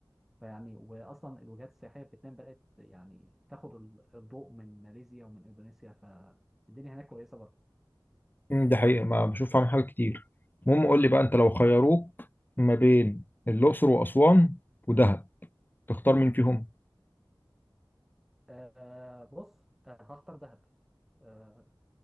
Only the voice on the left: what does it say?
أمم، ده حقيقه ما بشوف فيها حاجات كتير المهم قول لي بقى انت لو خيروك ما بين الاقصر واسوان ودهب تختار مين فيهم